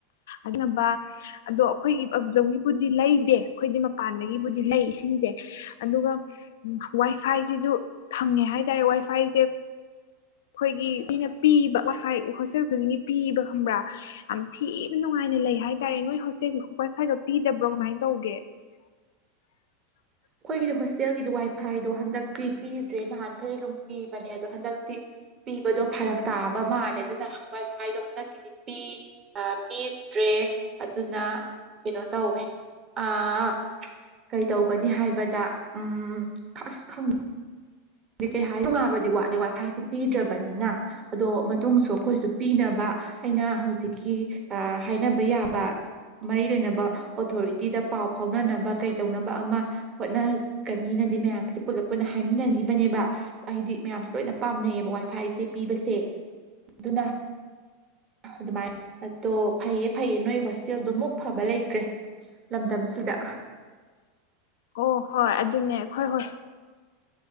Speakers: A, on the left; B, on the right.
A: ꯑꯅꯥꯝꯕ ꯑꯗꯣ ꯑꯩꯈꯣꯏꯒꯤ <unintelligible> ꯕꯨꯗꯤ ꯂꯩꯗꯦ ꯑꯩꯈꯣꯏꯗꯤ ꯃꯄꯥꯟꯗꯒꯤꯕꯨꯗꯤ ꯂꯩ ꯏꯁꯤꯡꯖꯦ ꯑꯗꯨꯒ ꯋꯥꯏ ꯐꯥꯏꯖꯤꯖꯨ ꯐꯪꯉꯦ ꯍꯥꯏꯇꯥꯔꯦ ꯋꯥꯏ ꯐꯥꯏꯖꯦ ꯑꯩꯈꯣꯏꯒꯤ ꯃꯤꯅ ꯄꯤꯕ ꯋꯥꯏꯐꯥꯏ ꯍꯣꯁꯇꯦꯜ ꯈꯨꯗꯤꯡꯒꯤ ꯄꯤ ꯑꯦꯕ ꯈꯪꯕ꯭ꯔꯥ ꯌꯥꯝ ꯊꯤꯅ ꯅꯨꯡꯉꯥꯏꯅ ꯂꯩ ꯍꯥꯏꯇꯥꯔꯦ ꯅꯣꯏ ꯍꯣꯁꯇꯦꯜꯗꯤ ꯋꯥꯏ ꯐꯥꯏꯒ ꯄꯤꯗꯕ꯭ꯔꯣ ꯀꯃꯥꯏꯅ ꯇꯧꯒꯦ <unintelligible>
B: ꯑꯩꯈꯣꯏꯒꯤꯗꯤ ꯍꯣꯇꯦꯜꯒꯤꯗꯤ ꯋꯥꯏ ꯐꯥꯏꯗꯣ ꯍꯟꯗꯛꯇꯤ ꯄꯤꯗ꯭ꯔꯦ ꯅꯍꯥꯟꯈꯩꯗꯤ ꯑꯗꯨꯝ ꯄꯤꯕꯅꯦ ꯑꯗꯣ ꯍꯟꯗꯛꯇꯤ ꯄꯤꯕꯗꯣ ꯐꯔꯛ ꯇꯥꯕ ꯃꯥꯜꯂꯦ ꯑꯗꯨꯅ ꯋꯥꯏ ꯐꯥꯏꯗꯣ ꯍꯟꯗꯛꯀꯤꯗꯤ ꯄꯤ ꯑꯥ ꯄꯤ ꯇ꯭ꯔꯦ ꯑꯗꯨꯅ ꯀꯩꯅꯣ ꯇꯧꯋꯦ ꯑꯥ ꯀꯩꯇꯧ ꯅꯤ ꯍꯥꯏꯕꯗ ꯎꯝ ꯑꯁ ꯈꯪ ꯀꯩ <unintelligible> ꯅꯨꯡꯉꯥꯏꯕꯗꯤ ꯋꯥꯠꯂꯦ ꯋꯥꯏꯐꯥꯏꯁꯦ ꯄꯤꯗ꯭ꯔꯕꯅꯤꯅ ꯑꯗꯣ ꯃꯇꯨꯡꯁꯨ ꯑꯩꯈꯣꯏꯁꯨ ꯄꯤꯅꯕ ꯑꯩꯅ ꯍꯧꯖꯤꯛꯀꯤ ꯑꯥ ꯍꯥꯏꯅꯕ ꯌꯥꯕ ꯃꯔꯤ ꯂꯩꯅꯕ ꯑꯣꯊꯣꯔꯤꯇꯤꯗ ꯄꯥꯎ ꯐꯥꯎꯅꯅꯕ ꯀꯩ ꯇꯧꯅꯕ ꯑꯃ ꯍꯣꯠꯅꯒꯅꯤꯅꯗꯤ ꯃꯌꯥꯝꯁꯦ ꯄꯨꯂꯞ ꯄꯨꯟꯅ ꯍꯥꯏꯃꯤꯟꯅꯅꯤ ꯕꯅꯦꯕ ꯍꯥꯏꯗꯤ ꯃꯌꯥꯝꯁꯦ ꯂꯣꯏꯅ ꯄꯥꯝꯅꯩꯌꯦꯕ ꯋꯥꯏ ꯐꯥꯏꯁꯦ ꯄꯤꯕꯁꯦ ꯑꯗꯨꯅ
A: <inaudible>
B: ꯑꯗꯨꯃꯥꯏ ꯑꯗꯣ ꯐꯩꯌꯦ-ꯐꯩꯌꯦ ꯅꯣꯏ ꯍꯣꯁꯇꯦꯜꯗꯨꯃꯨꯛ ꯐꯕ ꯂꯩꯇ꯭ꯔꯦ꯫ ꯂꯝꯗꯝꯁꯤꯗ꯫
A: ꯑꯣ ꯍꯣꯏ ꯑꯗꯨꯅꯦ ꯈꯣꯏ ꯍꯣꯁ